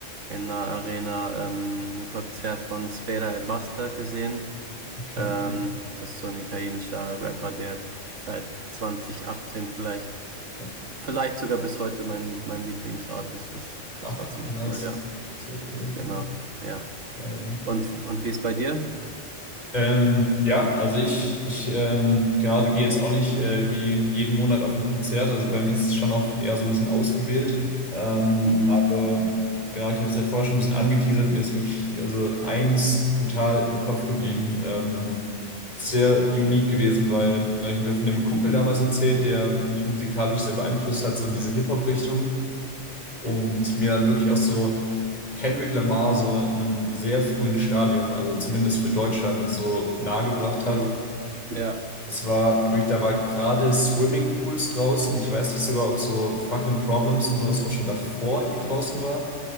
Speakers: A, on the right; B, on the left.
A: in der Arena ähm, ein Konzert von Sfera Ebbasta gesehen.
B: Okay.
A: Ähm, das ist so ein italienischer Rapper, der seit 2018 vielleicht,
B: Ja.
A: vielleicht sogar bis heute mein, mein Lieblingsartist ist. Das
B: Ach,
A: war ziemlich
B: nice.
A: cool, ja.
B: Sehr cool.
A: Genau, ja.
B: Geil. Ja.
A: Und, und wie ist bei dir?
B: Ähm, ja, also ich, ich ähm, genau, gehe jetzt auch nicht äh, irgendwie jeden Monat auf ein Konzert. Also bei mir ist es schon auch eher so ein bisschen ausgewählt. Ähm,
A: Mhm.
B: aber genau, ich habe es ja vorher schon ein bisschen angeteasert. Mir ist wirklich also eins brutal im Kopf geblieben. Ähm, sehr unique gewesen, weil, genau, ich habe ja von dem Kumpel damals erzählt, der mich musikalisch sehr beeinflusst hat, so in diese Hip-Hop-Richtung.
A: Mhm.
B: Und mir dann wirklich auch so Kendrick Lamar so in einem sehr frühen Stadium, also zumindest für Deutschland, so nahegebracht
A: Mhm.
B: hat.
A: Ja,
B: Es war wirklich, da war gerade Swimmingpools draußen. Ich weiß nicht sogar, ob so Fucking Problems und sowas auch schon davor irgendwie draußen war.